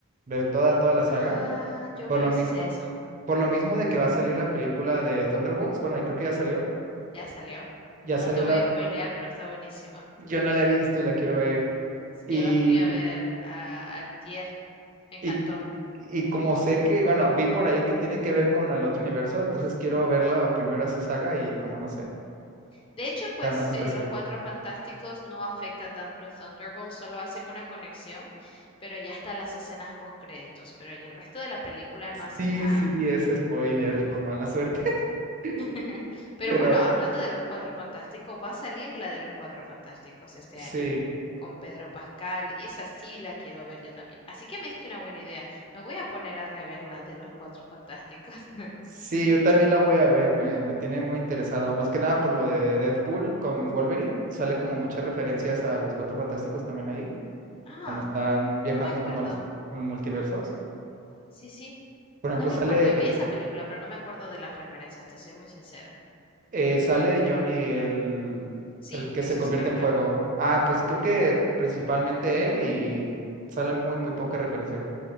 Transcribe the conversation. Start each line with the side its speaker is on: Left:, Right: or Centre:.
Right: Ver toda, toda la saga.
Left: Ah, yo
Right: Por
Left: una
Right: lo
Left: vez
Right: mismo,
Left: hice eso.
Right: por lo mismo de que va a salir la película de Thunderbolts. Bueno, y creo que ya salió.
Left: Ya salió.
Right: Ya
Left: No
Right: salió
Left: te voy
Right: la,
Left: a spoilear, pero está buenísima.
Right: yo no la he visto y la quiero ver.
Left: Sí,
Right: Y,
Left: Yo la fui a ver a antier. Me encantó.
Right: y, y como sé que, bueno, vi por ahí que tiene que ver con el otro universo, entonces quiero verla primero esa saga y como no sé,
Left: De hecho,
Right: está
Left: pues
Right: más especial.
Left: eh, los Cuatro Fantásticos no afecta tanto a Thunderbolt, solo hacen una conexión, pero ya están las escenas post créditos, pero en el resto de la película no hacen
Right: Sí,
Left: nada.
Right: sí vi ese spoiler, por mala suerte. <laughs>
Left: <laughs> Pero
Right: Pero
Left: bueno, hablando de los Cuatro Fantásticos, va a salir la de los Cuatro Fantásticos este
Right: Sí,
Left: año, con Pedro Pascal, y esa sí la quiero ver yo también. Así que me diste una buena idea. Me voy a poner a rever las de los Cuatro Fantásticos. <laughs>
Right: sí, yo también la voy a ver, me, me tiene muy interesado, más que nada por lo de Deadpool con Wolverine, sale como muchas
Left: Ujú.
Right: referencias a los Cuatro Fantásticos también ahí,
Left: Ah,
Right: cuando están viajando
Left: no me acuerdo.
Right: como a los multiversos.
Left: Sí, sí,
Right: Por ejemplo,
Left: no me
Right: sale,
Left: acuerdo. Vi esa película, pero no me acuerdo de las referencias, te soy muy sincera.
Right: eh, sale Johnny, el,
Left: Sí,
Right: el que
Left: eso
Right: se convierte
Left: sí me acuerdo.
Right: en fuego. Ah, pues creo que principalmente él y salen muy, muy pocas referencias,